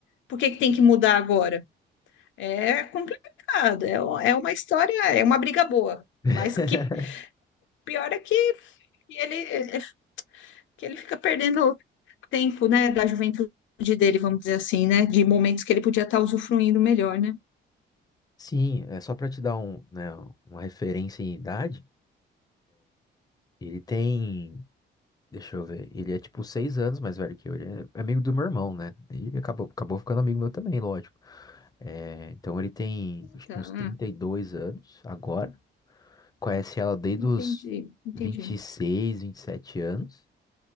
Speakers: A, on the left; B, on the left.
A: Por que que tem que mudar agora? É complicado, é, o- é uma história, é uma briga boa.
B: <laughs>
A: Mas que pior é que ele, é, que ele fica perdendo tempo, né, da juventude dele, vamos dizer assim, né, de momentos que ele podia estar usufruindo melhor, né?
B: Sim, é só pra te dar um, né, uma referência em idade, ele tem, deixa eu ver, ele é tipo seis anos mais velho que eu, ele é amigo do meu irmão, né? E acabou, acabou ficando amigo meu também, lógico. É, então ele tem acho
A: Tá,
B: que uns 32 anos agora. Conhece ela desde
A: entendi,
B: os
A: entendi.
B: vinte e seis, 27 anos.